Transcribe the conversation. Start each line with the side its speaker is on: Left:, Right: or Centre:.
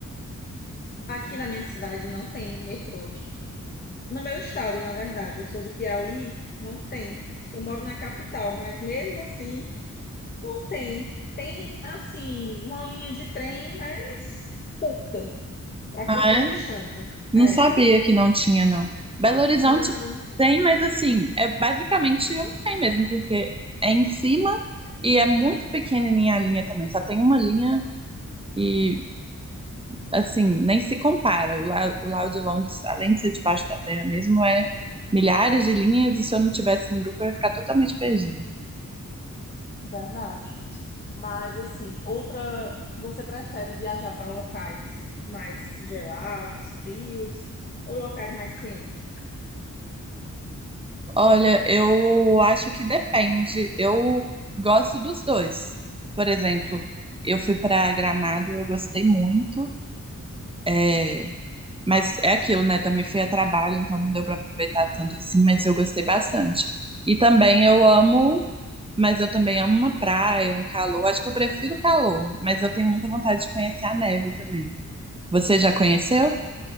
Left: Aqui na minha cidade não tem um metrô. No meu estado, na verdade, eu sou do Piauí, não tem. Eu moro na capital, mas mesmo assim, não tem. Tem, assim, uma linha de trem, mas curta, para
Right: Ah,
Left: curtas distâncias.
Right: é? Não
Left: É,
Right: sabia que não tinha, não. Belo Horizonte
Left: não.
Right: tem, mas assim, é basicamente um trem mesmo, porque é em cima e é muito pequenininha a linha também. Só tem uma linha e assim, nem se compara. O Lau, o Lau de Londres, além de ser debaixo da terra mesmo, é milhares de linhas e se eu não tivesse em grupo eu ia ficar totalmente perdida.
Left: Verdade. Mas assim, outra, você prefere viajar para locais mais gelados, frios ou locais mais quentes?
Right: Olha, eu acho que depende. Eu gosto dos dois. Por exemplo, eu fui para Gramado, eu gostei muito. É, mas é aquilo, né? Também fui a trabalho, então não deu para aproveitar tanto assim, mas eu gostei bastante. E também eu amo Mas eu também amo uma praia, um calor. Acho que eu prefiro o calor, mas eu tenho muita vontade de conhecer a neve também. Você já conheceu?